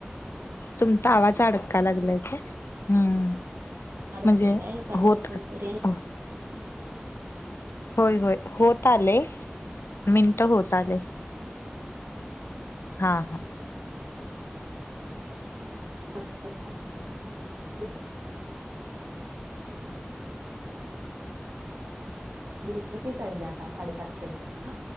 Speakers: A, on the left; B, on the right.
A: तुमचा आवाज अडका लागलाय का? हम्म
B: अडकतोय,
A: म्हणजे
B: काय कारण
A: होत
B: कसं, रेंज
A: <inaudible> होय होय, होत आलेय, मिनट होत आले. हा हा
B: <unintelligible> गिरी <unintelligible> आता, साडेसातपर्यंत, ह